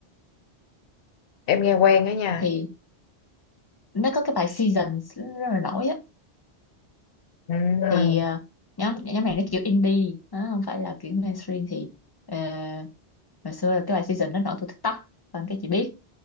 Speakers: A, on the left (about 60°); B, on the left (about 25°).
A: em nghe quen đó nha
B: thì nó có cái bài Seasons rất là nổi á
A: ừ.
B: thì ờ, nhóm nhóm này nó kiểu indie nó không phải là kiểu mainstream thì ờ, hồi xưa là cái bài Season nó nổi từ TikTok xong cái chị biết